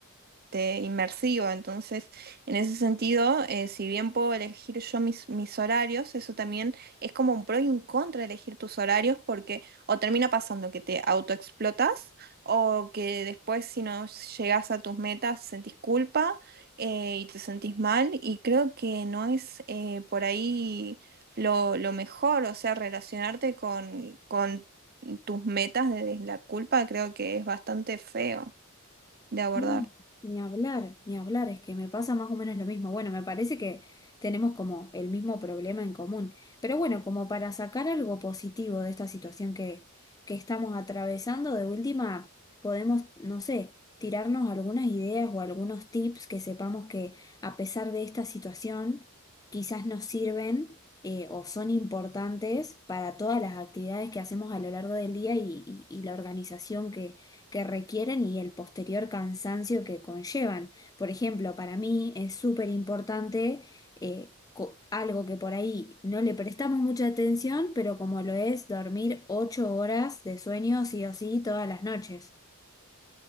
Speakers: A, on the right; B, on the left.
A: este, inmersivo. Entonces, en ese sentido, eh, si bien puedo elegir yo mis, mis horarios, eso también es como un pro y un contra elegir tus horarios porque o termina pasando que te autoexplotas o que después si no llegas a tus metas sentís culpa eh, y te sentís mal y creo que no es eh, por ahí lo, lo mejor, o sea, relacionarte con, con tus metas desde la culpa creo que es bastante feo de abordar.
B: Mm, Ni hablar, ni hablar, es que me pasa más o menos lo mismo. Bueno, me parece que tenemos como el mismo problema en común. Pero bueno, como para sacar algo positivo de esta situación que, que estamos atravesando, de última podemos, no sé, tirarnos algunas ideas o algunos tips que sepamos que a pesar de esta situación, quizás nos sirven eh, o son importantes para todas las actividades que hacemos a lo largo del día y, y y la organización que que requieren y el posterior cansancio que conllevan. Por ejemplo, para mí es súper importante eh, co- algo que por ahí no le prestamos mucha atención, pero como lo es dormir ocho horas de sueño sí o sí todas las noches.